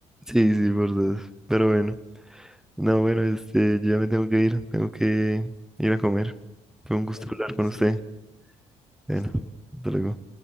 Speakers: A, in the centre; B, on the left (about 75°).
A: sí, sí, por dos. Pero bueno, no, bueno, este, yo ya me tengo que ir, tengo que ir a comer. Fue un gusto
B: Vale,
A: hablar
B: que
A: con
B: esté
A: usted.
B: bien.
A: Bueno,
B: Hasta luego.
A: hasta luego.